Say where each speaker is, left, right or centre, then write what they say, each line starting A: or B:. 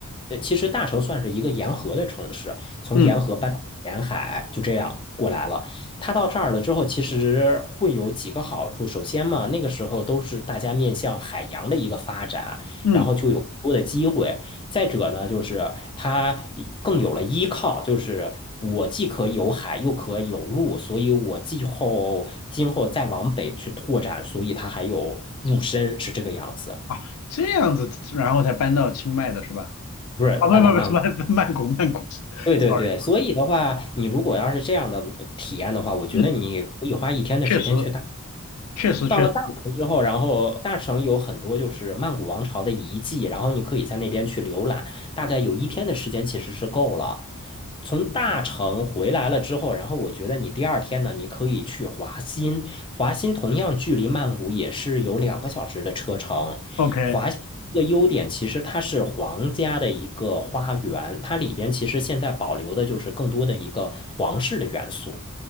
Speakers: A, on the left; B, on the left.
A: 呃，其实大城算是一个沿河的城市，从沿河搬到沿海，
B: 嗯
A: 就这样过来了。它到这儿了之后，其实会有几个好处。首先嘛，那个时候都是大家面向海洋的一个发展，
B: 嗯，
A: 然后就有更多的机会。再者呢，就是它更有了依靠，就是我既可有海，又可有陆，所以我既后今后再往北去拓展，所以它还有入深，是这个样子，
B: 啊，这样子，然后才搬到清迈的是吧？
A: 不是半岛漫谷。
B: 啊，不不不，什么 <laughs> 曼谷曼谷 <laughs>，sorry，
A: 对对对，所以的话，你如果要是这样的呃体验的话，我觉得你可以花一天的时间去大
B: 嗯，确实确实确实
A: 到了大城之后，然后大城有很多就是曼谷王朝的遗迹，然后你可以在那边去浏览，大概有一天的时间其实是够了。从大城回来了之后，然后我觉得你第二天呢，你可以去华欣，华欣同样距离曼谷也是有两个小时的车程。
B: ，OK。
A: 华欣一个优点其实它是皇家的一个花园，它里边其实现在保留的就是更多的一个皇室的元素，